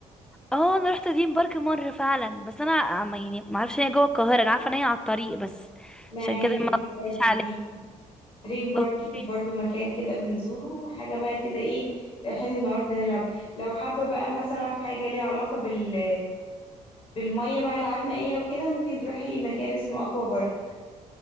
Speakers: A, in the centre; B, on the left.
A: اه انا رحت دريم بارك مره فعلا بس انا عم- يعني ما اعرفش ان هي جوه القاهره انا عارفه ان هي على الطريق بس
B: ما
A: عشان
B: هي
A: كده
B: دريم
A: ما قلتليش
B: بارك
A: عليه
B: دي دريم بارك
A: اوكي
B: دي برضو مكان كده بنزوره حاجة بقى كده ايه رايحين النهاردة نلعب لو حابة بقى مثلا حاجة ليها علاقة بال بالمية بقى ألعاب مائية وكده ممكن تروحي مكان اسمه أكوا بارك